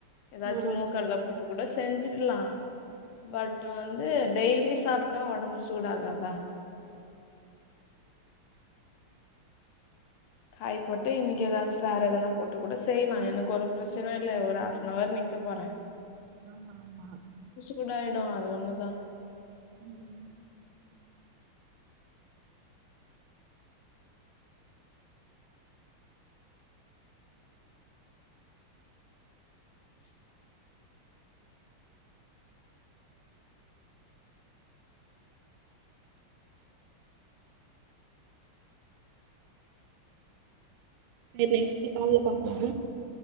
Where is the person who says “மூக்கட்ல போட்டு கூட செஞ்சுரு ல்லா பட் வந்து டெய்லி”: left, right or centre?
Left